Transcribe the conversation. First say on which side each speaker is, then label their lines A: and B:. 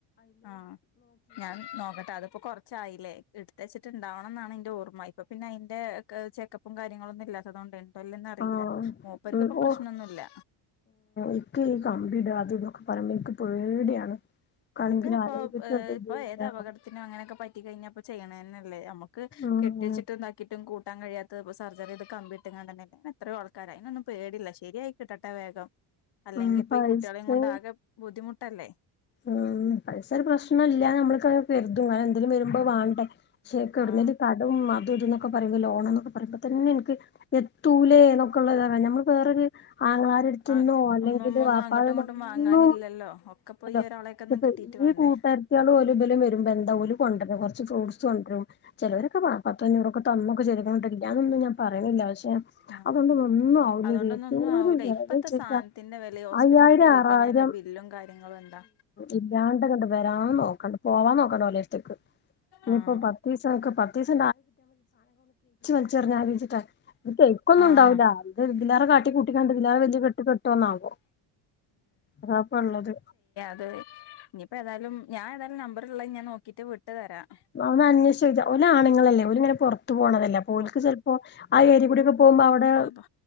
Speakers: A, on the left (about 55°); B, on the left (about 25°).
A: ആഹ് ഞാൻ നോക്കട്ടെ അതിപ്പോ കൊറച്ചായില്ലേ ഇടുത്ത് വച്ചിട്ട്ണ്ടാവണം ന്നാണ് ന്റെ ഓർമ്മ ഇപ്പ പിന്നെ അയിന്റെ ചെക്കപ്പും കാര്യങ്ങളൊന്നും ഇല്ലാത്തതുകൊണ്ട് ഉണ്ടോല്ലന്ന് അറിയില്ല
B: ആഹ്
A: മൂപ്പർക്ക്
B: മ്
A: ഇപ്പൊ
B: ഓ
A: പ്രശ്നമൊന്നുമില്ല
B: ഇക്ക് ഈ കമ്പിടാ അത് ന്നൊക്ക പറയുമ്പോ പേടിയാണ് ഇക്കാണെങ്കില്
A: അത് പ്പൊ
B: ആരോഗ്യത്തിന് ഒരു
A: ഇപ്പൊ
B: ഇതില്ല
A: ഏത് അപകടത്തിനും അങ്ങനെയൊക്കെ പറ്റി കഴിഞ്ഞപ്പ ചെയ്യണന്നെ ല്ലേ ല്ലെ നമുക്ക്
B: ഉം
A: കെട്ട്യേച്ചിട്ടും ഇതാക്കിട്ടും കൂട്ടാൻ കഴിയാത്ത സർജറിത് കമ്പി ഇട്ടിങ്ങാണ്ടന്നെല്ലേ അങ്ങനെ എത്രയോ ആൾക്കാര് അയിനൊന്നും പേടില്ല ശര്യായി കിട്ടട്ടെ വേഗം അല്ലെങ്കി
B: ഉം
A: ഇപ്പോ
B: പൈസയും
A: ഈ കുട്ടികളെയും കൊണ്ട് ആകെ ബുദ്ധിമുട്ട് ട്ടല്ലേ
B: ഉം പൈസ ഒരു പ്രശ്നം ഇല്ല ഞമ്മൾക്ക് കരുതും കാരണം എന്തേലും വരുമ്പോ വാണ്ടെ ചേക്കവുടെന്നേലും
A: ആഹ്
B: കടോം വാങ്ങു ഇത് ന്നൊക്ക പറയുമ്പോ ലോണ്ന്നൊക്ക പറയുമ്പോ തന്നെ എനിക്ക് എത്തൂലേന്നൊക്കെള്ളതാണ് ഞമ്മള് വേറൊരു ആങ്ങളരെടുത്തുന്നോ
A: ആ
B: അല്ലെങ്കിൽ
A: ഒന്നും ഒന്നും
B: വാപ്പാരെന്നോ
A: അങ്ങോട്ടും ഇങ്ങോട്ടും
B: ഒന്നും
A: വാങ്ങാനില്ലല്ലോ ഒക്കെ പോയി ഒരാളെയൊക്കെ
B: <unintelligible> അപ്പ
A: ഒന്നും കിട്ടിയിട്ട്
B: ഈ
A: വേണ്ടേ
B: കൂട്ടാരത്ത്യാള് ഓല് ബലും വരൂ വരുമ്പോ എന്ത ഓല് കൊണ്ടര്ണ് കൊറച്ച് ഫ്രൂട്ടസ് കൊണ്ടരും ചിലവരൊക്കെ പത്തൊ അഞ്ഞൂറൊക്ക തന്ന് <unintelligible> അതൊന്നും ഞാൻ പറയണില്ല പക്ഷെ
A: ആഹ്
B: അതൊണ്ടൊന്നും ഒന്നും ആവൂലെടി
A: അതുകൊണ്ടൊന്നും
B: എന്തോരം
A: ഒന്നും ആവൂല
B: വിറകെന്നച്ചിട്ടാ
A: ഇപ്പത്തെ സാധനത്തിന്റെ വില ഹോസ്പിറ്റലിലൊക്കെ
B: അയ്യായിരം
A: പോയി
B: ആറായിരം
A: കഴിഞ്ഞാൽ ബില്ലും കാര്യങ്ങളും എന്താ
B: ഇല്ലാണ്ടങ്ങ്ട് വരാ നോക്കണ്ടാ പോവാ നോക്കണ്ട ഓലേര്ത്ത് ന്ന് ത്ത്
A: ആഹ്
B: ഇപ്പൊ പത്തീസാക്ക് പത്ത് <unintelligible> എന്തറിഞ്ഞചിട്ടാ ഇ ഫെയ്‌ ക്കൊന്നുംണ്ടാവൂ
A: ആഹ്
B: അത് ഇതിലാരെ കാട്ടി കൂട്ടി കണ്ട ഇതിലാ വലിയ കെട്ട് കെട്ടോന്നാകോ അതാപ്പള്ളത്
A: അതെ ഇനിയിപ്പോ ഏതാലും ഞാൻ ഏതായും നമ്പറുള്ളത് ഞാൻ നോക്കിട്ട് വിട്ടു തരാം
B: അവന്ന് അന്വേഷിച്ചഓ ആണുങ്ങളല്ലേ ഒരിങ്ങനെറ ഒത്തു പോണതല്ല പോലക്ക്
A: പോ
B: ചിലപ്പോ ആ ഏരിയ കൂടിയൊക്കെ പോകുമ്പോ അവിടെ
A: പോയിപ്പോ